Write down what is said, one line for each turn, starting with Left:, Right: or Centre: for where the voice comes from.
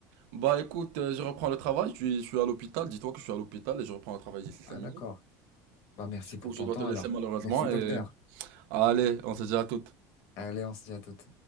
Right: Bah écoute, euh, je reprends le travail, je suis, je suis à l'hôpital, dis-toi que je suis à l'hôpital et je reprends le travail d'ici 5
Left: Ah, d'accord. Bah, merci
Right: Du coup,
Left: pour
Right: je
Left: ton
Right: dois
Left: temps
Right: te laisser
Left: alors.
Right: malheureusement.
Left: Merci,
Right: Et...
Left: docteur.
Right: Allez, on se dit à toutes.
Left: Allez, on se dit à toutes.